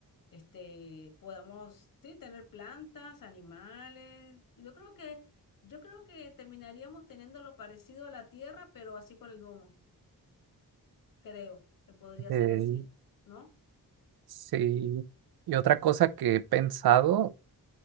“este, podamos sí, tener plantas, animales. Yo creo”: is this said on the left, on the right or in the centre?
Left